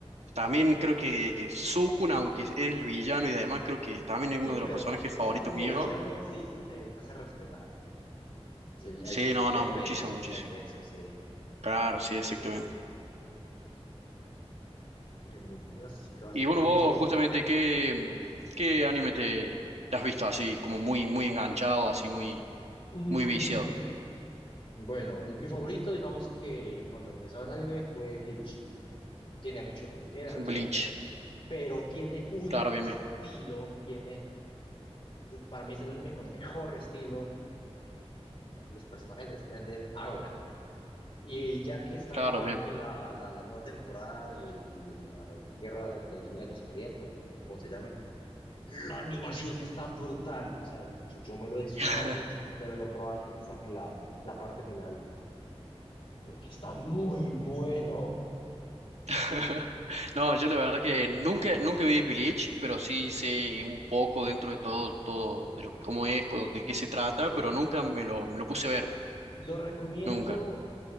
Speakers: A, on the right; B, on the left.
A: también creo que Sukuna, aunque es el villano y además creo que también es
B: sí,
A: uno de
B: pero,
A: los personajes
B: o
A: favoritos
B: sea, como
A: míos.
B: villano, sí, se, se- se hace respetar. El, el-
A: Sí, no,
B: tiene
A: no,
B: peso,
A: muchísimo, muchísimo.
B: tiene peso, sí.
A: Claro, sí, exactamente.
B: El de siempre va a
A: Y
B: ser
A: bueno,
B: Yuji.
A: vos justamente, ¿qué, qué anime te, te has visto así, como muy, muy enganchado, así muy,
B: Mm,
A: muy viciado?
B: Bueno, el- mi favorito, digamos que cuando empezaba el anime fue Bleach. Tiene mucho, re- tiene relleno,
A: Bleach.
B: pero tiene un
A: Claro,
B: estilo,
A: bien, bien.
B: tiene, para mí es el anime con mejor estilo. Los personajes desprenden ahora. Y ya que están
A: Claro,
B: animando
A: bien.
B: la, la, la nueva temporada de la Guerra de los Mil Años Sangrientos, o como se llame, la animación está brutal, o sea, yo, yo me lo he disfrutado
A: <laughs>
B: mucho, espero el otro año que saquen la, la parte final, porque está muy bueno.
A: <laughs> No, yo la verdad que nunca, nunca vi Bleach, pero sí sé un poco dentro de todo, todo, de lo, cómo es, co- de qué se trata,
B: Sí.
A: pero nunca me lo, me lo puse a ver,
B: Lo recomiendo
A: nunca.